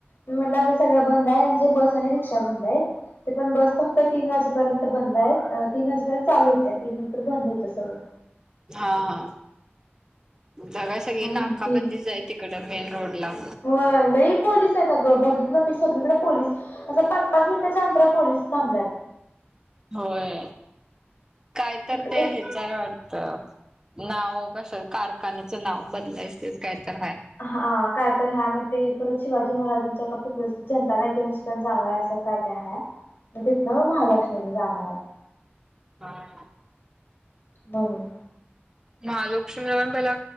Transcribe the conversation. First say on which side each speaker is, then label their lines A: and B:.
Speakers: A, on the left; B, on the right.
A: मी म्हटलं अग सगळं बंद आहे, म्हणजे बस आणि रिक्षा बंद आहेत. ते पण बस फक्त तीन वाजेपर्यंत बंद आहेत, तीन वाजेपर्यंत चालू होत्या, तीन नंतर बंद होतं सगळं.
B: हा हा. बगा सगळी
A: मग म्हणली
B: नाकाबंदीच
A: ती
B: आहे, तिकडं मेन रोडला
A: होय लई पोलीस आहेत अगं, बघितलो मी सगळीकड पोलीस असं पाच-पाच मिनिटाच्या अंतरावर पोलीस थांबल्यात.
B: होय, काय तर
A: इकडे
B: ते च हाय वाढत, नाव कस कारखान्याचं नाव बदलायचच काय तर हाय.
A: हा, काय तर हाय, म ते परत शिवाजी महाराजांच्या <unintelligible> जनता बँके पाशी पण जाणार आहे, असं काय काय हाय.
B: <unintelligible> <inaudible>
A: मग तिथनं महालक्ष्मीला जाणार आहे.
B: हा हा.
A: म्हणून
B: महालक्ष्मीला पण पहिला,